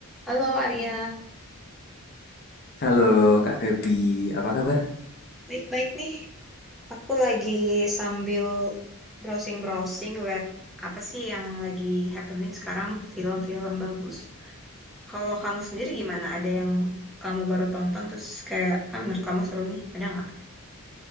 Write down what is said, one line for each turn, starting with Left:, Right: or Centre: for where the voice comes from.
Centre: Halo Arya,
Left: Halo Kak Febri, apa kabar?
Centre: baik-baik nih. Aku lagi sambil browsing-browsing lihat apa sih yang lagi happening sekarang film-film bagus. Kalau kamu sendiri gimana? Ada yang kamu baru tonton terus kayak, ah menurut kamu seru nih, ada nggak?